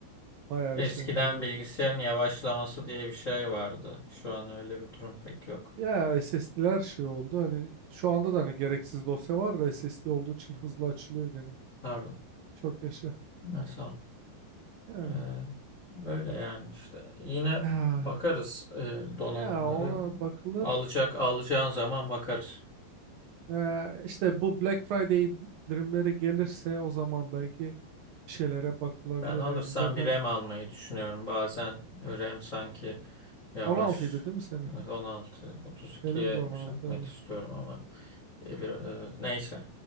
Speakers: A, on the right (about 75°); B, on the left (about 50°).
A: Bayağı
B: Eskiden
A: üşendiriyor.
B: bilgisayarın yavaşlaması diye bir şey vardı. Şu an öyle bir durum pek yok.
A: Ya SSD'ler şey oldu hani şu anda da hani gereksiz dosya var da SSD olduğu için hızlı açılıyor gene.
B: Pardon.
A: Çok yaşa.
B: Neyse.
A: Yani
B: Ee, öyle yani işte. Yine
A: ah,
B: bakarız e, donanımlara.
A: ya ona bakılır.
B: Alacak alacağın zaman bakarız.
A: Ee, işte bu Black Friday indirimleri gelirse o zaman belki bir şeylere bakılabilir
B: Ben alırsam
A: yani. Zaten
B: bir RAM almayı düşünüyorum. Bazen RAM sanki yavaş.
A: 16'ydı değil mi senin?
B: Evet, 16, 32'ye
A: Benim de 16.
B: yükseltmek
A: evet.
B: istiyorum ama e, bir e, neyse.